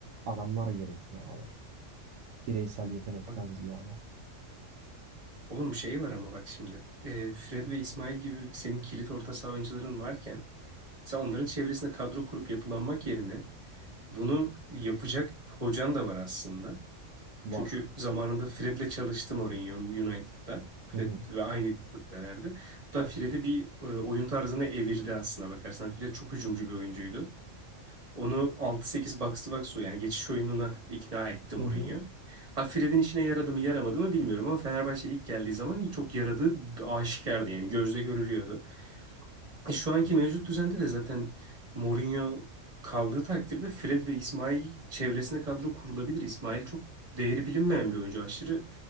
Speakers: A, on the right; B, on the right.
A: adamlar gerekiyor abi. Bireysel yetenekten
B: Bak,
A: ziyade.
B: oğlum şey var ama bak şimdi. E, Fred ve İsmail gibi senin kilit orta saha oyuncuların varken sen onların çevresinde kadro kurup yapılanmak yerine bunu yapacak hocan da var aslında.
A: Var.
B: Çünkü zamanında Fred'le çalıştım Mourinho United'da. Fred
A: Hı hı.
B: ve aynı kulüplerde. Hatta Fred'i bir e, oyun tarzını evirdi aslında bakarsan. Fred çok hücumcu bir oyuncuydu. Onu 6-8 box to box yani geçiş oyununa ikna ettim
A: Hı
B: Mourinho.
A: hı.
B: Ha Fred'in işine yaradı mı yaramadı mı bilmiyorum ama Fenerbahçe ilk geldiği zaman çok yaradığı aşikardı yani gözle görülüyordu. E şu anki mevcut düzende de zaten Mourinho kaldığı takdirde Fred ve İsmail çevresine kadro kurulabilir. İsmail çok değeri bilinmeyen bir oyuncu. Aşırı